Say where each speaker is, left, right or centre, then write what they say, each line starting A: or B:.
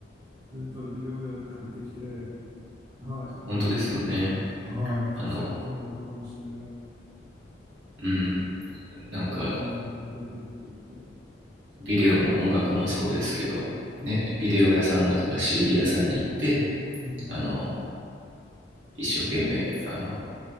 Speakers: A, on the right; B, on the right.
A: レンタルビデオで借りてきて、はい、あの、
B: 本当ですよね。
A: はい、カセットに録音して、
B: あの、うん、なんか、
A: ロークマンで聞いててって言って
B: ビデオも音楽もそうですけど、
A: うん、
B: ね、ビデオ屋さんだとか CD 屋さんに行って、
A: うん、
B: あの、一生懸命、あの、